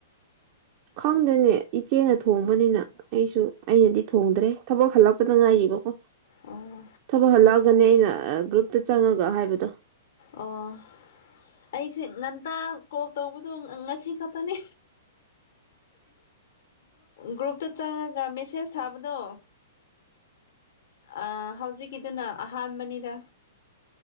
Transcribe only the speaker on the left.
ꯑꯣ
ꯑꯣ ꯑꯩꯁꯦ ꯉꯟꯇꯥ ꯀꯣꯜ ꯇꯧꯕꯗꯣ ꯉꯁꯤ ꯈꯇꯅꯦ ꯒ꯭ꯔꯨꯄ ꯇ ꯆꯪꯉꯒ ꯃꯦꯁꯦꯖ ꯊꯕꯗꯣ ꯑ ꯍꯧꯖꯤꯛꯀꯤꯗꯨꯅ ꯑꯍꯥꯟꯕꯅꯤꯗ